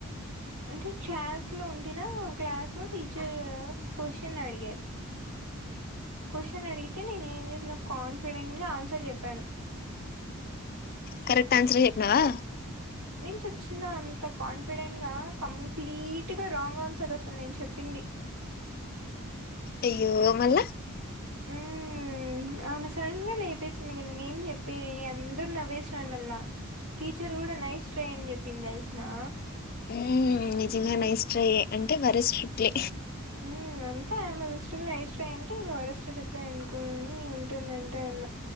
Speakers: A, on the right; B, on the left.
A: అంటే క్లాస్ లో ఉంటినా క్లాస్ లో టీచర్ క్వశ్చన్ అడిగారు క్వశ్చన్ అడిగితే నేనేం జెప్పిన కాన్ఫిడెంట్ గ ఆన్సర్ జెప్పాను
B: కరెక్ట్ ఆన్సరే జెప్పినవా
A: చొచ్చిందో అంత కాన్ఫిడెంట్ గా కంప్లీట్ గా రాంగ్ ఆన్సర్ అసలు నేను చెప్పింది
B: అయ్యో మళ్ళ
A: ఊమ్ ఉమ్ ఆమె సడన్గా లేపేసిందిగ నేనేం జెప్పేది అందరు నవ్వేసినారు మళ్ళా టీచర్ గూడ నైస్ ట్రై అన్ జెప్పింది తెల్స్నా
B: ఊమ్ నిజంగా నైస ట్రై యే అంటే వరస్ట్రిప్లే
A: ఉమ్ అంటె ఆమే దృష్టిలో నైస్ ట్రై అంటే ఇంక వరస్ట్ రిప్లై అనుకుని ఉంటుందంటే ఆమ